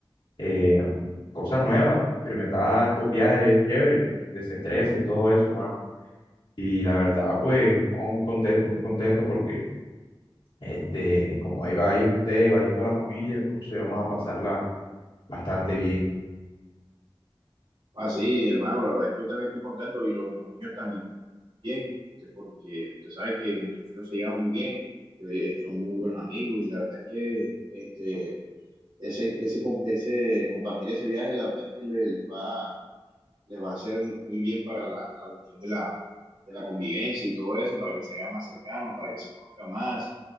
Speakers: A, on the left (about 85°); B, on the right (about 90°).
A: eh, cosas nuevas, experimentar estos viajes chéveres, desestresa y todo eso, hermano. Y la verdad, pues, no, muy contento, muy contento porque, este, como ahí va a ir usted, va a ir toda la familia, entonces vamos a pasarla bastante bien.
B: ah sí hermano, la verdad es que yo también estoy contento y los, los niños también, este, porque usted sabe que nuestros hijos se llevan muy bien, eh, son muy buenos amigos y la verdad es que este, ese, ese, com- ese, compartir ese viaje, la verdad es que les va, les va a hacer muy bien para la, la cuestión de la, de la convivencia y todo eso, para que se hagan más cercanos, para que se conozcan más